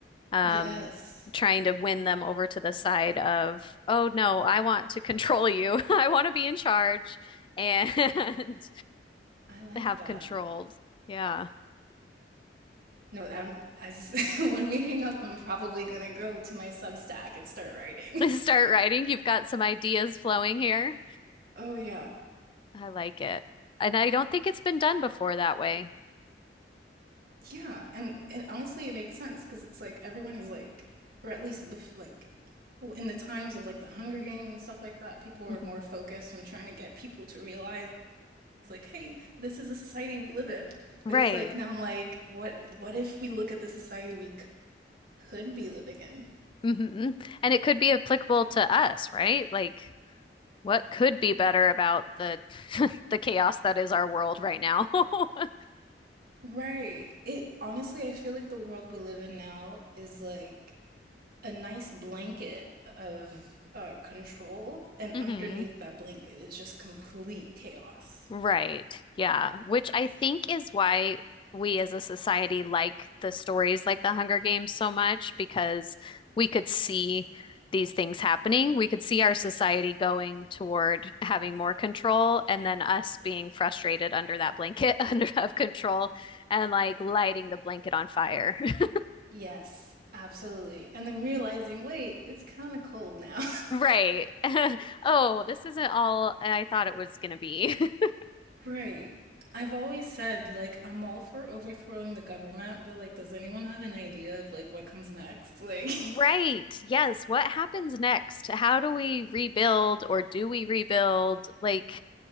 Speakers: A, on the left (about 30°); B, on the right (about 55°).
A: Um,
B: Yes.
A: trying to win them over to the side of, oh no, I want to control you. <laughs> I want to be in charge and <laughs>
B: I like
A: have
B: that.
A: controlled. Yeah.
B: No, I'm, as <laughs> when we hang up, I'm probably gonna go to my Substack and start writing.
A: <laughs> Start writing. You've got some ideas flowing here.
B: <laughs> oh yeah,
A: I like it. And I don't think it's been done before that way.
B: yeah, and and honestly, it makes sense because it's like everyone is like, or at least bef- like, in the times of like the Hunger Games and stuff like that, people are
A: hmm
B: more focused on trying to get people to realize like, hey, this is the society we live in.
A: Right.
B: But it's like now I'm like, what what if we look at the society we c- could be living in?
A: hmm And it could be applicable to us, right? Like what could be better about the <laughs> the chaos that is our world right now? <laughs>
B: Right. It honestly, I feel like the world we live in now is like a nice blanket of uh, control, and
A: hmm
B: underneath that blanket is just complete chaos.
A: Right. Yeah. Which I think is why we as a society like the stories like The Hunger Games so much because we could see these things happening. We could see our society going toward having more control and then us being frustrated under that blanket <laughs> under of control and like lighting the blanket on fire. <laughs>
B: Yes, absolutely. And then realizing, wait, it's kind of cold now.
A: Right. <laughs> Oh, this isn't all I thought it was going to be. <laughs>
B: <laughs> right. I've always said, like, I'm all for overthrowing the government, but, like, does anyone have an idea of, like, what comes next? Like,
A: Right. Yes. What happens next? How do we rebuild or do we rebuild? Like,